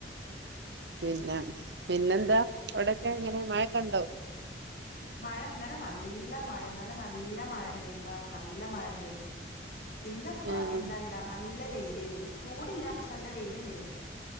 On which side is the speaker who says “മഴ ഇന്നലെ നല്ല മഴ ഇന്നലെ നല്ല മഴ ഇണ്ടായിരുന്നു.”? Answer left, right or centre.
Left